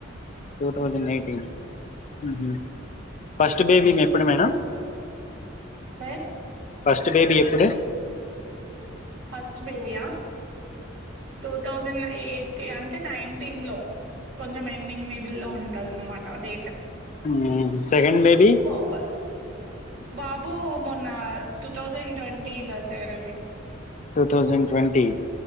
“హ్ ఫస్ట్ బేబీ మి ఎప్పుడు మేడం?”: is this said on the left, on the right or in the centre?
Left